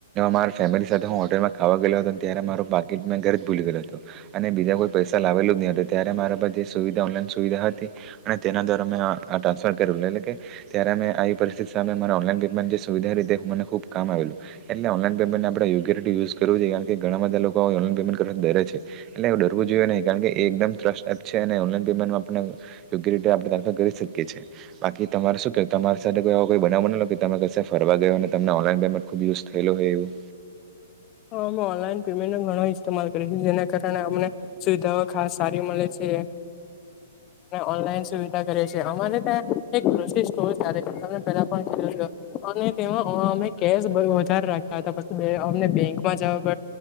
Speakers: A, on the right; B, on the left.
A: મારા ફેમિલી સાથે હું હોટલમાં. ખાવા ગયે હતો ત્યારે મારો પાકેટ મેં ઘરે જ ભૂલી ગેયો હતો અને બીજા કોઈ પૈસા લાવેલો જ નહી હતો ત્યારે મારા વિધા ઓનલાન સુવિધા હતી અને તેના દ્વારા મે ટ્રાન્સફર કર એટલે કે ત્યારે અમે આવી પરિસ્થિતિ સામે મારે ઓનલાઇન પેમેન્ટ સુવીધા રીતે મને ખુબ કામ આવેલું એટલે ઓનલાઇન પેમેન્ટ આપડે યોગ્ય રીતે યુસ કરવું જોઈએણ કે ઘણા બધા લોકો ઓનલાન પેમેન્ટ કરવા ડરે છે એટલે ડરવું જોઈએ નહી કારણ કે એ એકદમ ટ્રસ્ટ એપ છે. લા પેમેન્ટ આપયોગ્ય રીતે આપણે્રાન્સફર કરી શકીએ છીએ. બાકી તમારે શું કે તમારી સાથે કોઈવા કોઈ બનાવ બનેલો કે તમે કશે ફર ગયો અને તમને ઓનલાનેમમેન્ટ ખુઝ થયેું છે બેવું.
B: હા અમે ઓનલાઈન પેમેન્ટ નો ઘણો ઇતેમાલ કરીશું જેના કારણે અમને સુવિધાઓ ખાસ સારી મળે છે. ઓનલા સુવિધા કરે છે અમારે ત્યાં એકિ <unintelligible> પેલા અને તેમાં અમે કે વધારે રાખતા હતા પછી અ બેક મજા બ